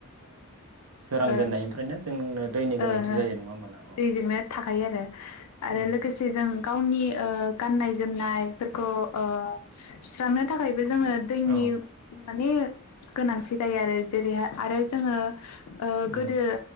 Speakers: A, on the right (about 80°); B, on the left (about 85°).
A: सोरां
B: ओ
A: जेननायनिफ्रायनो जोंनो दैनि गोनांथि
B: ओ
A: जायो नङा होमबाना औ
B: दैजोंनो थाखायो आरो आरो
A: उम
B: लोगोसे जों गावनि ओ गाननाय-जोमनायफोरखौ ओ सुस्रांनो थाखाय बो जोंनो दैनि
A: औ
B: माने गोनांथि जायो आरो जेरैहाय आरो जोङो ओ
A: उम
B: गोदो